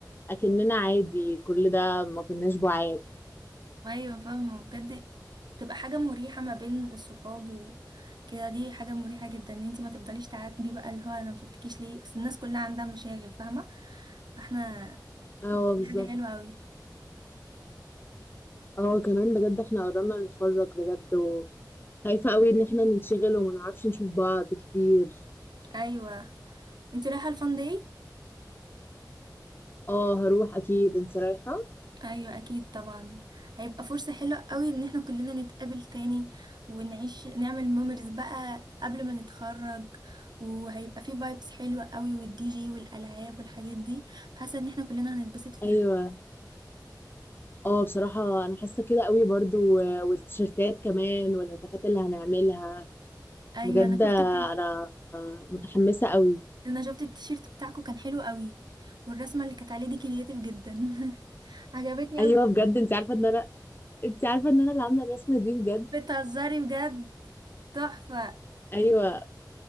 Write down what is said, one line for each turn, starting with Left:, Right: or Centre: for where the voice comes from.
Left: اكننا عادي كل ده ما كناش بعاد
Right: ايوه فاهمه بجد تبقى حاجه مريحه ما بين الصحاب وكده دي حاجه مريحه جدا ان انت ما تفضليش تعاتبي بقى اللي هو انا ما شفتكيش ليه اصل الناس كلها عندها مشاغل فاهمه فاحنا
Left: اه بالظبط
Right: دي حاجه حلوه قوي
Left: اه كمان بجد احنا قربنا نتخرج بجد وخايفه قوي ان احنا ننشغل وما نعرفش نشوف بعض كتير
Right: ايوه انت رايحة الفان داي
Left: اه هروح اكيد انت رايحه
Right: ايوه اكيد طبعا هيبقى فرصة حلوة قوي ان احنا كلنا نتقابل تاني ونعيش نعمل ميموريز بقى قبل ما نتخرج وهيبقى فيه فايبس حلوة قوي والدي جي والالعاب والحاجات دي حاسة ان احنا كلنا هنتبسط فيها
Left: ايوه اه بصراحه انا حاسه كده قوي برضو و- والتيشيرتات كمان والهتافات اللي هنعملها
Right: ايوه
Left: بجد
Right: انا
Left: انا
Right: شفت التي...
Left: متحمسه قوي
Right: انا شفت التيشيرت بتاعكو كان حلو قوي والرسمة اللي كانت عليه دي كرياتيف جدا <laughs> عجبتني
Left: ايوه
Right: قوي
Left: بجد انت عارفه ان انا انت عارفه ان انا اللي عامله الرسمه دي بجد
Right: بتهزري بجد تحفة
Left: ايوه